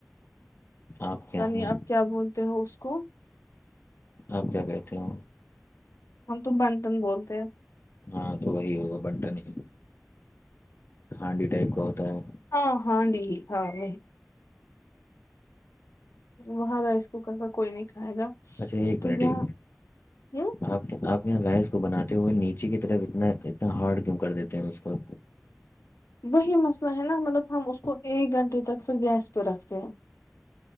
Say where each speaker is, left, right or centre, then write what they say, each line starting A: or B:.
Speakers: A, on the left; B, on the left.
A: آپ کیا
B: عنی
A: ہاں
B: آپ کیا بولتے ہو اس کو
A: آپ کیا کہتے ہو
B: ہم تو بنٹن بولتے ہیں
A: ہاں تو وہی ہوگا بنٹن ہی ہانڈی ٹائپ کا ہوتا ہے
B: ہ ہاں دی ہاں ر وہاں رائس کوکر کا کوئی نہیں کھائے گا
A: اچھا ایک
B: تو
A: منٹ
B: یہاں
A: ایک
B: یہ
A: آپ کتا آپ کے یہاں ل اس کو بناتے ہوئے نیچے کی طرف اتنا اتنا ہارڈ کیوں کر دیتے ہیں اس کو
B: وہی مسئلہ ہے نا مطلب ہم اس کو ایک گھنٹے تک پھر گیس پہ رکھتے ہیں